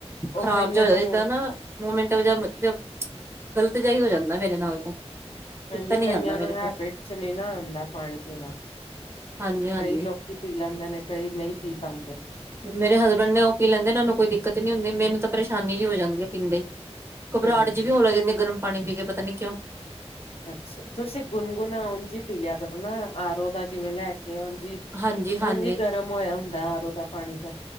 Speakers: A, on the left (about 60°); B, on the right (about 20°).
A: ਉਹ
B: ਖ਼ਰਾਬ
A: ਕਈਆਂ
B: ਜੇਆ ਹੋਇਆ,
A: ਨੂੰ
B: ਜਿੱਦਾਂ ਨਾ ਮੋਮਟ ਜ <unintelligible> ਗਲਤ ਜਿਹਾ ਹੋ ਜਾ। ਮੇਰੇ <unintelligible> ਉਹੀ ਤਾਂ ਪੀਤਾ
A: ਹਾਂਜੀ,
B: ਨੀ
A: ਕਈਆਂ
B: ਜਾਂਦਾ ਮੇਰੇ
A: ਨੂੰ ਹੈਬਿਟ
B: ਕੋਲ
A: ਚ ਨਹੀਂ ਨਾ ਆਉਂਦਾ। ਪਾਣੀ ਪੀਣਾ
B: ਹਾਂਜੀ ਹਾਂਜੀ
A: ਕਈ ਲੋਕੀ ਪੀ ਲੈਂਦੇ ਨੇ ਕਈ ਨਹੀਂ ਪੀ ਪਾਉਂਦੇ।
B: ਮੇਰੇ ਹਸਬੈਂਡ ਨੇ ਉਹ ਪੀ ਲੈਂਦੇ ਨੇ, ਉਹਨੂੰ ਕੋਈ ਦਿੱਕਤ ਨੀ ਹੁੰਦੀ। ਮੈਨੂੰ ਤਾਂ ਪਰੇਸ਼ਾਨੀ ਹੀ ਹੋ ਜਾਂਦੀ ਹੈ। ਪੀਂਦੇ ਹੀ ਘਬਰਾਹਟ
A: ਹਾਂਜੀ
B: ਜੀ ਵੀ ਹੋਣ ਲੱਗ ਜਾਂਦੀ ਗਰਮ ਪਾਣੀ ਪੀ ਕੇ ਪਤਾ ਨੀ ਕਿਉਂ
A: ਅੱਛਾ, ਤੁਸੀਂ ਗੁਣਗੁਣਾ ਉਂਝ ਈ ਪੀ ਲਿਆ ਕਰੋ, ਨਾ ਆਰੋ ਦਾ ਜਿਵੇਂ ਲੈ ਕੇ ਜੀ, ਹਾਂਜੀ
B: ਹਾਂਜੀ ਹਾਂਜੀ
A: ਉਂਝ ਈ ਗਰਮ ਹੋਇਆ ਹੁੰਦਾ। ਆਰੋ ਦਾ ਪਾਣੀ ਤਾਂ